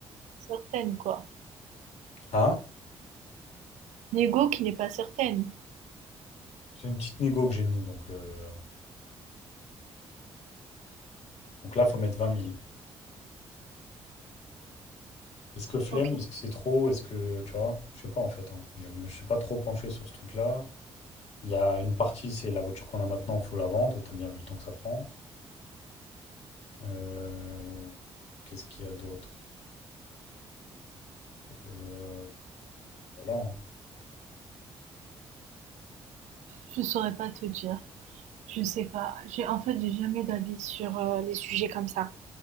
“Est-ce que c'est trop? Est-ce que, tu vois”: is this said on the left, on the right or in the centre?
Left